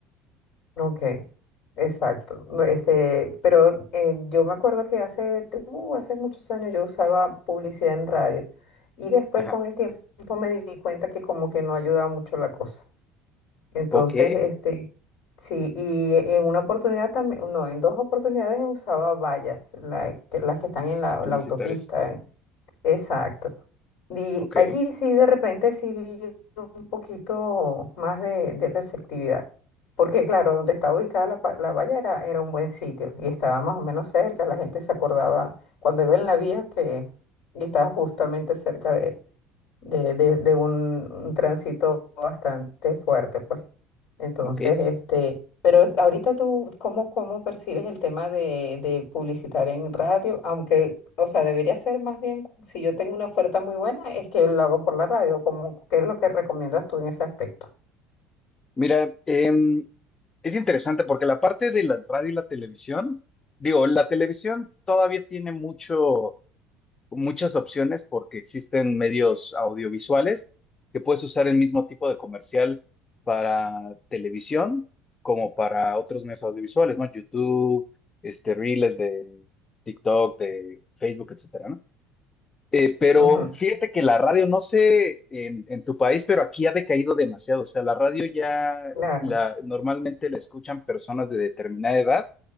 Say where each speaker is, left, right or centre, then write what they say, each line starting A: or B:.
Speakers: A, on the left (about 65°); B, on the left (about 25°).
A: ok, exacto. No, Este, pero eh, yo me acuerdo que hace, t- uh, hace muchos años yo usaba publicidad en radio y después
B: Ajá.
A: con el tiempo me di cuenta que como que no ayudaba mucho la cosa. Entonces,
B: Ok,
A: este, sí, y en una oportunidad también, no, en dos oportunidades usaba vallas, la que- las que están en la,
B: publicitar
A: la autopista,
B: eso.
A: ¿eh? Exacto. Y
B: Ok,
A: allí sí, de repente sí vi un poquito más de, de receptividad, porque claro, donde estaba ubicada la, pa- la valla era, era un buen sitio y estaba más o menos cerca, la gente se acordaba cuando iba en la vía que y estaba justamente cerca de, de, de- de un un tránsito bastante fuerte, pues. Entonces,
B: ok.
A: este, pero ahorita tú, ¿cómo, cómo percibes el tema de, de publicitar en radio? Aunque, o sea, debería ser más bien, si yo tengo una oferta muy buena, es que lo hago por la radio, como, ¿qué es lo que recomiendas tú en ese aspecto?
B: Mira, em, es interesante porque la parte de la radio y la televisión, digo, la televisión todavía tiene mucho muchas opciones porque existen medios audiovisuales que puedes usar el mismo tipo de comercial para televisión como para otros medios audiovisuales, ¿no? YouTube, este, Reels de TikTok, de Facebook, etcétera, ¿no? Eh, pero
A: Ujú,
B: fíjate que la radio, no sé en, en tu país, pero aquí ha decaído demasiado. O sea, la radio ya
A: Claro,
B: la, normalmente la escuchan personas de determinada edad,